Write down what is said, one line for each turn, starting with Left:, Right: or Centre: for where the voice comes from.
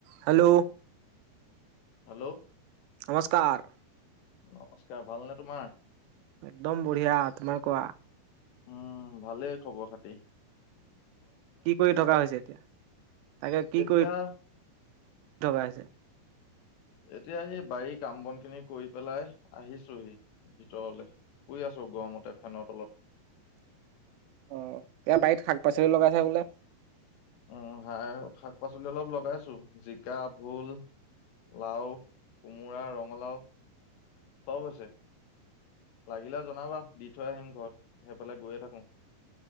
Right: Hello.
Left: Hello.
Right: নমস্কাৰ।
Left: নমস্কাৰ ভালনে তোমাৰ
Right: একদম বঢ়িয়া, তোমাৰ কোৱা।
Left: উম ভালেই খবৰ-খাতি।
Right: কি কৰি থকা হৈছে এতিয়া? তাকে কি
Left: এতিয়া
Right: কৰি থকা হৈছে?
Left: এতিয়া এই বাৰীৰ কাম-বনখিনি কৰি পেলাই আহিছোহি ভিতৰলে, শুই আছোঁ গৰমতে ফেনৰ তলত।
Right: অ' এয়া বাৰীত শাক-পাচলি লগাইছা বোলে।
Left: উম শাক-পাচলি অলপ লগাইছো। জিকা, ভোল, লাও, কোমোৰা, ৰঙালাও, চব হৈছে। লাগিলে জনাবা, দি থৈ আহিম ঘৰত, সেইফালে গৈয়ে থাকো।